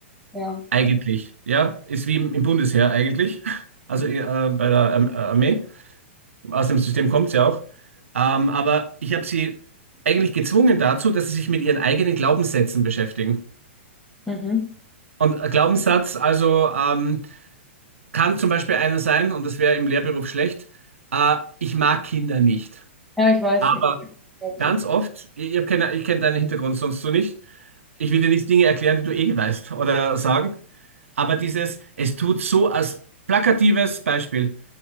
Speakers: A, in the centre; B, on the right (about 85°).
A: Ja,
B: Eigentlich, ja, ist wie im, im Bundesheer eigentlich, <laughs> also äh, bei der Arm- Armee. Aus dem System kommt sie auch. Ähm, aber ich habe sie eigentlich gezwungen dazu, dass sie sich mit ihren eigenen Glaubenssätzen beschäftigen.
A: mhm.
B: Und ein Glaubenssatz, also ähm, kann zum Beispiel einer sein, und das wäre im Lehrberuf schlecht, äh, ich mag Kinder nicht.
A: Ja, ich weiß,
B: Aber
A: ich weiß, ich glaub,
B: ganz
A: so
B: oft, ich, ich, hab keine, ich kenne deinen Hintergrund sonst so nicht, ich will dir nicht Dinge erklären, die du eh weißt oder sagen, aber dieses, es tut so als plakatives Beispiel.